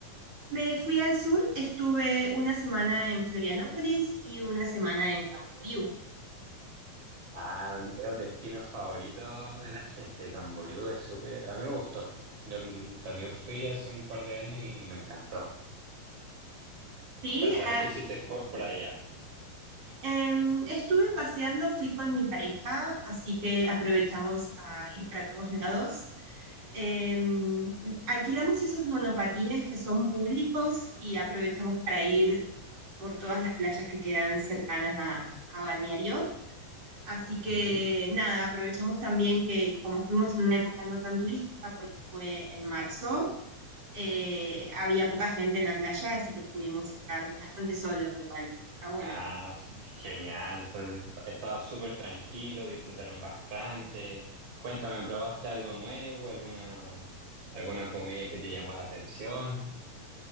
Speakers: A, on the right (about 65°); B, on the right (about 45°).
A: Me fui al sur, estuve una semana en Florianópolis y una semana en Camboriú.
B: Ah, es un destino favorito de la gente. Camboriú es súper... A mí me gustó. Yo mm, también fui hace un par de años y me encantó.
A: Sí,
B: Cuéntame,
A: ah,
B: ¿qué hiciste por, por allá?
A: em, estuve paseando, fui con mi pareja, así que aprovechamos a ir para todos lados. Em, alquilamos esos monopatines que son públicos y aprovechamos para ir por todas las playas que quedan cercanas a, a Balneario. Así que
B: Ujú.
A: nada, aprovechamos también que como fuimos en una época no tan turística, porque fue en marzo, eh, había poca gente en la playa, así que pudimos estar bastante solos, lo cual está bueno.
B: Ah, <laughs> f- genial. Entonces, estaba súper tranquilo, disfrutaron bastante. Cuéntame, ¿probaste algo nuevo? ¿Alguna, alguna comida que te llamó la atención?